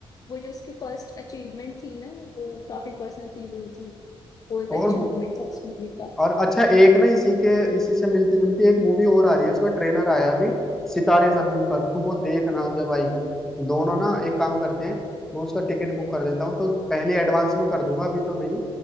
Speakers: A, on the left; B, in the centre.
A: वो जो उसकी फर्स्ट अचीवमेंट थी ना वो काफी पर्सनल फील हुई थी वो एक
B: और
A: अच्छा मोमेंट था उस मूवी का
B: और अच्छा एक ना इसी के इसी से मिलती जुलती एक मूवी और आ रही है उसका ट्रेलर आया अभी सितारे जमीन पर तो वो देखना जब आएगी दोनों ना एक काम करते हैं मैं उसका टिकट बुक कर देता हूँ तो पहले एडवांस में कर दूंगा अभी तो नहीं